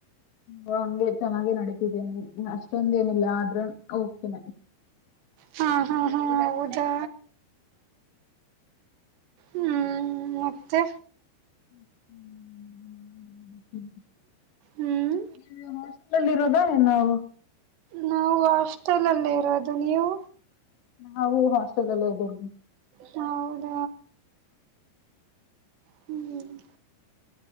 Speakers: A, on the left; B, on the right.
A: ಹ ಹಂಗೆ ಚೆನ್ನಾಗೆ ನಡತಿದ್ದೇನೆ ಅಷ್ಟೊಂದ ಏನಿಲ್ಲ ಆದ್ರೆ ಓಕೆ ನೆ
B: ಹಾ ಹಾ ಹಾ ಹೌದಾ ಹ್ಮ್ ಹ್ಮ್ ಮತ್ತೆ
A: ಹ್ ಹ್ಮ ಹ್ಮ್
B: ಹ್ಮ್
A: ನೀವು <unintelligible> ಎಲ್ಲಿರೋದೋ ಏನ್ ನಾವು
B: ನಾವು ಹಾಸ್ಟೆಲ್ ಅಲ್ಲೇ ಇರೋದು ನೀವು.
A: ನಾವು ಹಾಸ್ಟೆಲಲ್ಲೇ ಇದ್ದೇವಿ.
B: ಹೌದ ಹ್ಮ್